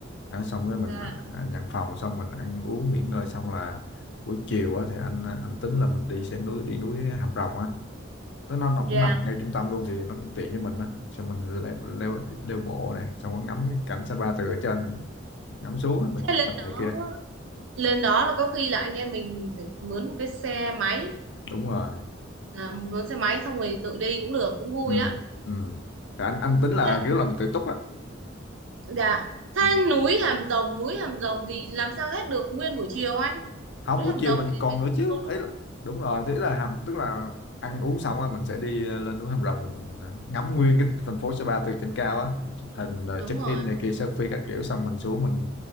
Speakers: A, on the left; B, on the right.
A: đó, xong cái mình
B: dạ
A: à, à, nhận phòng xong mình ăn uống nghỉ ngơi xong là buổi chiều á, thì anh à, anh tính là mình đi xe núi đi núi Hàm Rồng á nó nó nó
B: dạ
A: cũng nằm ngay trung tâm luôn thì nó cũng tiện với mình á xong mình leo leo leo bộ này xong rồi ngắm cái cảnh Sapa từ ở trên mình ngắm xuống á, mình
B: thế
A: chụp
B: lên
A: hình
B: đó
A: này kia
B: lên đó là có khi là anh em mình phải mướn một cái xe máy
A: đúng rồi
B: à, mướn xe máy xong rồi tự đi cũng được cũng vui
A: ừ
B: đó
A: ừ Thì anh anh tính là
B: thế,
A: kiểu là mình tự túc á
B: dạ thế
A: ừ.
B: núi Hàm Rồng núi Hàm Rồng thì làm sao hết được nguyên buổi chiều anh
A: không
B: núi
A: buổi
B: Hàm
A: chiều
B: Rồng
A: mình
B: thì
A: còn
B: mình
A: nữa
B: đi
A: chứ
B: đâu
A: ấy là đúng rồi thế là hàm tức là ăn uống xong á mình sẽ đi ờ, lên núi Hàm Rồng mình ờ, ngắm nguyên cái thành phố Sa Pa từ trên cao á mình chụp hình rồi
B: Đúng
A: check
B: rồi.
A: in này kia selfie các kiểu xong mình xuống mình